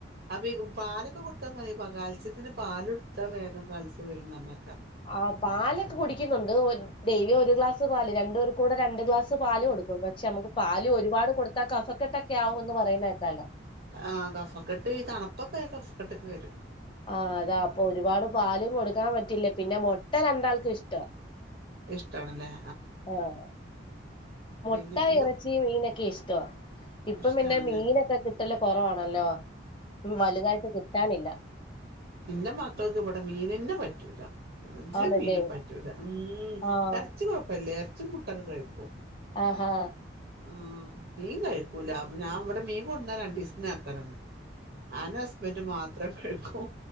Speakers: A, on the right; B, on the left.
A: അപ്പൊ ഈ പാലൊക്കെ കൊടുത്താ മതി കാൽസ്യത്തിന് പാലൊടുത്താ വേഗം കാൽസ്യം വരുന്നർഞ്ഞെക്ക
B: ആ പാലൊക്കെ കുടിക്കുന്നുണ്ട് ഒര് ഡെയ്ലി ഒരു ഗ്ലാസ് പാല് രണ്ട്പേർകൂടെ രണ്ട് ഗ്ലാസ് പാല് കൊടുക്കും കൊടുക്കും പക്ഷെ നമുക്ക് പാല് ഒരുപാട് കൊടുത്താ കഫക്കെട്ടൊക്കെ ആവൂന്ന് പറയുന്നേക്കാലോ
A: ആ കഫക്കെട്ട് ഈ തണുപ്പൊക്കെ ആയ കഫക്കെട്ടൊക്കെ വരും
B: ആഹ അതാ അപ്പൊ ഒരുപാട് പാലും കൊടുക്കാൻ പറ്റില്ലേ പിന്നെ മുട്ട രണ്ടാൾക്കും ഇഷ്ട്ടാ
A: ഇഷ്ട്ടാണല്ലേ
B: ആഹ മുട്ട
A: പിന്നെ ഇന്നും
B: ഇറച്ചി മീനൊക്കെ ഇഷ്ട ട്ടൊ ഇപ്പം
A: ഇഷ്ടാണല്ലേ
B: പിന്നെ മീനൊക്കെ കിട്ടല് കൊറവാണല്ലോ മ് വലുതായിട്ട് കിട്ടാനില്ല
A: ഇന്റെ മക്കൾക്ക് ഇവടെ മീനെനെ പറ്റൂല ഒജ്ജ്
B: ആന്നല്ലേ
A: മീനും പറ്റൂല മ്
B: ആഹ്
A: എർച്ചികൊഴപ്പല്ല എർച്ചി മുട്ടൊക്കെ കഴിക്കും
B: ആഹാ
A: ആ മീൻ കഴിക്കൂല അപ്പ ഞാൻ ഇവടെ മീൻ കൊട്ന്നാ രണ്ടിസ്ത്തിന് എർതലം ഞാനും ഹസ്ബൻഡും മാത്രേ കഴിക്കൂ